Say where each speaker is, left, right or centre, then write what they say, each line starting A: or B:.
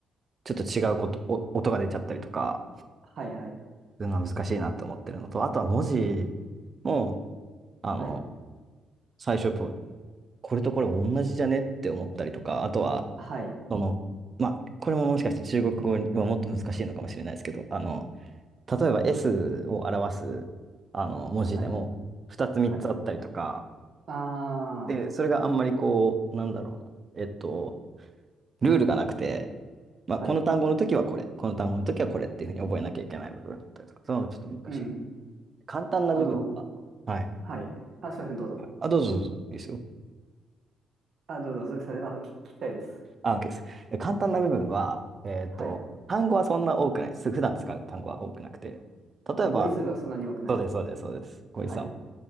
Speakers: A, on the right; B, on the right.
A: ちょっと違うこと、お音が出ちゃったりとか、
B: はい、はい。
A: そういうのは難しいなって思ってるのと、あとは文字も、あの、
B: はい。
A: 最初と、これとこれ同じじゃねって思ったりとか、あとは、
B: はい。
A: その、まあ、これももしかして中国語はもっと難しいのかもしれないですけど、あの、例えば S を表す、あの、文字でも、
B: はい。
A: 2つ3つあったりとか、
B: はい。ああ、
A: で、それがあんまりこう、なんだろうな、えっと、ルールがなくて、まあ、
B: はい。
A: この単語の時はこれ、この単語の時はこれっていうふうに覚えなきゃいけない部分だったりとか、そういうのちょっと難しい
B: うん。
A: 簡単な部分が、
B: あの、
A: はい。
B: はい。あ、すいません、どうぞ。
A: あ、どうぞどうぞ。いいですよ。
B: あ、どうぞ、それ、それ、あの、聞き聞きたいです。
A: あ、OK です。え簡単な部分は、えっと、
B: はい。
A: 単語はそんな多くないです。普段使う単語は多くなくて。
B: あ、
A: 例えば、
B: 語彙数がそんなに多くない。
A: そうです、そうです、そうです。小井さん。
B: はい。